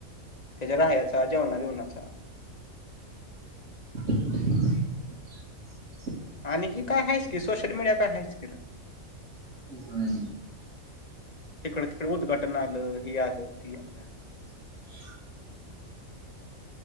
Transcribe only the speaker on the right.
<inaudible>
हम्म.
ह <inaudible>